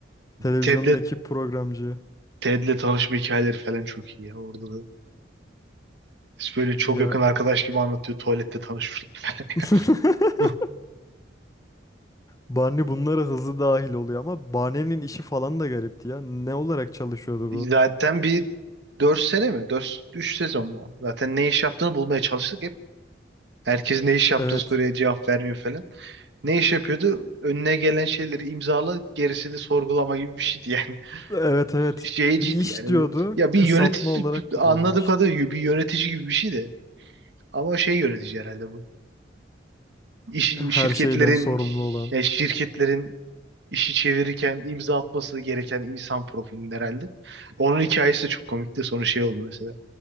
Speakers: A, on the left; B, on the right.
A: Televizyondaki
B: Ted'le
A: programcı.
B: Ted'le tanışma hikayeleri falan çok iyi ya orada da. Böyle çok
A: Ya
B: yakın arkadaş gibi anlatıyor. Tuvalette tanışmışlar falan.
A: <laughs>
B: <laughs>
A: Barney bunlara hızlı dahil oluyor ama Barney'nin işi falan da garipti ya. Ne olarak çalışıyordu bu?
B: Zaten bir 4 sene mi? dört 3 sezon mu? Zaten ne iş yaptığını bulmaya çalıştık. Herkes ne iş yaptığı
A: Evet.
B: soruya cevap vermiyor falan. Ne iş yapıyordu? Önüne gelen şeyleri imzala, gerisini sorgulama gibi bir şeydi yani.
A: Evet
B: <laughs>
A: evet.
B: Şeyciydi
A: Bir iş
B: yani.
A: diyordu.
B: Ya bir
A: Kısaltma
B: yönetici,
A: olarak
B: bir-
A: kullanmış.
B: anladığım kadarıyla bir yönetici gibi bir şeydi. Ama şey yönetici herhalde bu. İş,
A: Her
B: şirketlerin,
A: şeyden sorumlu olan.
B: yani şirketlerin işi çevirirken imza atması gereken insan profilinin herhalde. Onun hikayesi de çok komikti. Sonra şey oldu mesela.